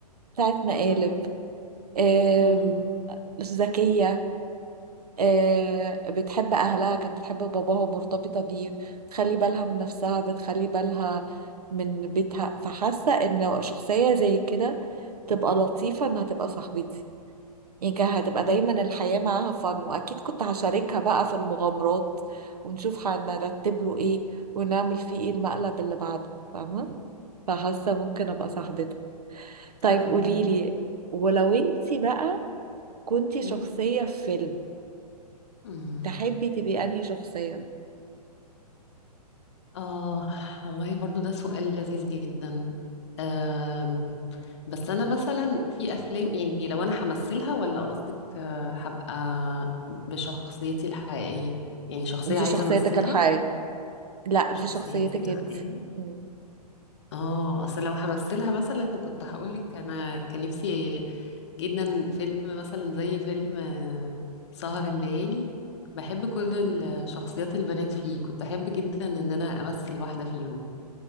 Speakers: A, on the right; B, on the left.
A: بتاعت
B: <laughs>
A: مقالب
B: أمم،
A: آم،
B: أمم،
A: ذكية آم، بتحب أهلها كانت بتحب باباها ومرتبطة بيه بتخلي بالها من نفسها بتخلي بالها من بيتها فحاسة ان شخصية زي كده تبقى لطيفة انها تبقى صاحبتي يعني كان هتبقى دايما الحياة معاها فن وأكيد كنت هشاركها بقى في المغامرات ونشوف هنرتب له ايه ونعمل فيه ايه المقلب اللي بعده فاهمة فحاسة ممكن ابقى صاحبتك طيب
B: اه
A: قوليلي ولو انتي بقى كنتي
B: أمم،
A: شخصية في فيلم
B: أمم.
A: تحبي تبقي انهي شخصية
B: آه والله برضو ده سؤال لذيذ جدا أم بس أنا مثلا في أفلام يعني لو أنا همثلها ولا قصدك آه، هبقى بشخصيتي الحقيقية يعني شخصية
A: دي
B: عايزة
A: شخصيتك
B: أمثلها
A: الحقيقية لا
B: شخصيتي
A: دي شخصيتك
B: الحقيقية
A: انتي مم.
B: اه أصل لو همثلها مثلا كنت هقولك أنا كان نفسي جدا فيلم مثلا زي فيلم آه، سهر الليالي بحب كل
A: مم.
B: الشخصيات البنات فيه كنت أحب جدا إن أنا أمثل واحدة فيهم